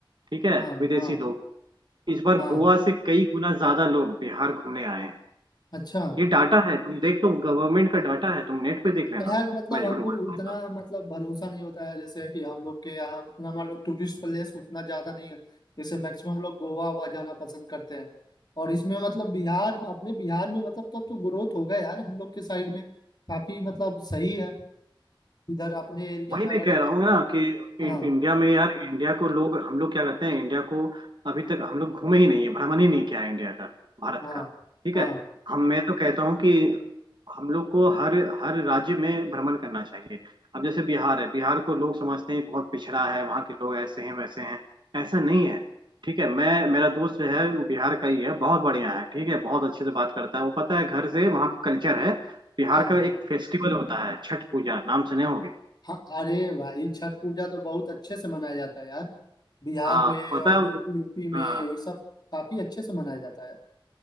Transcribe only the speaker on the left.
हाँ
हाँ
हाँ
अच्छा
तो यार मतलब
हमको
उतना
मतलब भरोसा नहीं होता है जैसे कि हम लोग के यहाँ उतना मान लो टूरिस्ट प्लेस उतना ज्यादा नहीं है जैसे मैक्सिमम लोग गोवा हुआ जाना पसंद करते हैं और इसमें मतलब बिहार अपने बिहार में मतलब तब तो ग्रोथ होगा यार हम लोग के साइड में काफी मतलब सही है इधर अपने एरिया
में
अगर
हाँ
हाँ
हाँ
हाँ
हाँ
हाँ अरे भाई छठ पूजा तो बहुत अच्छे से मनाया जाता है यार बिहार
में
और
यूपी में
ये सब काफी अच्छे से मनाया जाता है